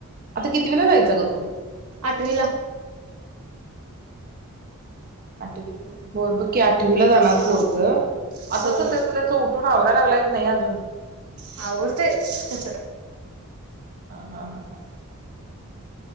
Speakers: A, on the right; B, on the right.
A: आता कितवीला जायचा ग तो
B: आठवी ला
A: आठवी हो बघ की आठवीला जाणार
B: हा
A: पोरग आता
B: होय
A: तर त्याच त्याच उ टून आवरायाला लागलाय की नाही अजून
B: आवरतय तस
A: हा हा हा!